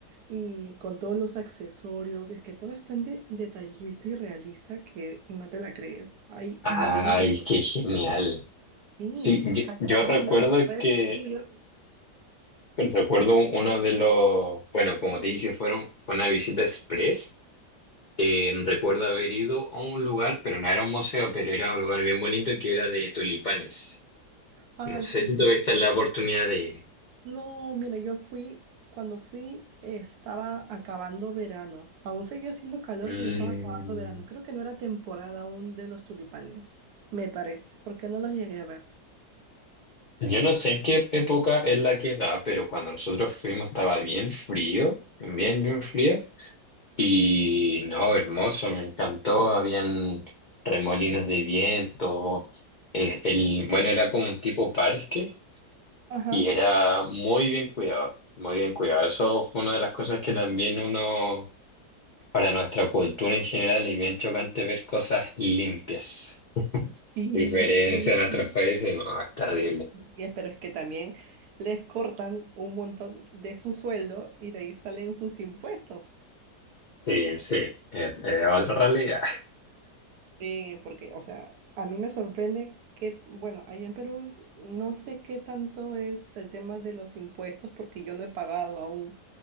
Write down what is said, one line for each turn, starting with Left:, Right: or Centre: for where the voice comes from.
Right: Y con todos los accesorios, es que todo es tan de- detallista y realista que no te la crees. Hay
Left: Ay,
Right: molinos,
Left: qué genial.
Right: sí,
Left: Sí, yo,
Right: hay
Left: yo
Right: molinos,
Left: recuerdo
Right: puedes
Left: que,
Right: subir.
Left: recuerdo uno de los, bueno, como te dije, fueron, fue una visita express. Eh, recuerdo haber ido a un lugar, pero no era un museo, pero era un lugar bien bonito que era de tulipanes.
Right: Ay,
Left: No sé
Right: qué
Left: si
Right: lindo.
Left: tuviste la oportunidad de ir.
Right: No, mira, yo fui, cuando fui eh, estaba acabando verano. Aún seguía haciendo calor,
Left: Mm,
Right: pero estaba acabando verano. Creo que no era temporada aún de los tulipanes, me parece, porque no los llegué a ver.
Left: yo no sé en qué época es la que da, pero cuando nosotros fuimos estaba bien frío, bien, bien frío. Y no, hermoso, me encantó. Habían remolinos de viento. El, el, bueno, era como un tipo parque.
Right: Ajá.
Left: Y era muy bien cuidado, muy bien cuidado. Eso fue una de las cosas que también uno, para nuestra cultura en general, es bien chocante ver cosas limpias.
Right: Y
Left: Diferencia
Right: sí,
Left: en otros
Right: sí.
Left: países, no, es terrible.
Right: Y es- pero es que también les cortan un montón de su sueldo y de ahí salen sus impuestos.
Left: Sí, sí, es, es otra realidad.
Right: Sí, porque, o sea, a mí me sorprende que, bueno, allá en Perú no sé qué tanto es el tema de los impuestos porque yo no he pagado aún